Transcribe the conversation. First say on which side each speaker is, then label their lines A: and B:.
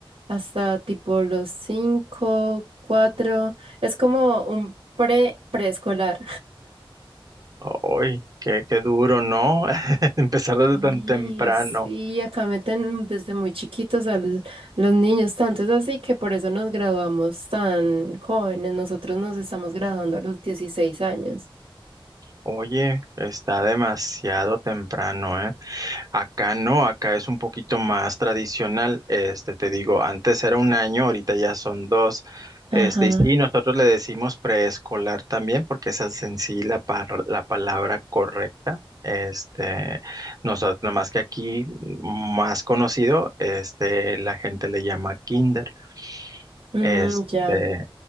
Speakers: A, on the right; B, on the right.
A: hasta tipo los cinco, cuatro. Es como un pre preescolar.
B: Ay, qué, qué duro, ¿no? <laughs> Empezar desde
A: Sí,
B: tan temprano.
A: sí, acá meten desde muy chiquitos a los niños, tanto es así que por eso nos graduamos tan jóvenes. Nosotros nos estamos graduando a los dieciséis años.
B: Oye, está demasiado temprano, ¿eh? Acá no, acá es un poquito más tradicional. Este, te digo, antes era un año, ahorita ya son dos. Este,
A: Ajá.
B: y sí, nosotros le decimos preescolar también, porque esa es en sí la, par- la palabra correcta. Este, nosotros, nada más que aquí, más conocido, este, la gente le llama kinder.
A: Mm,
B: Este,
A: ya.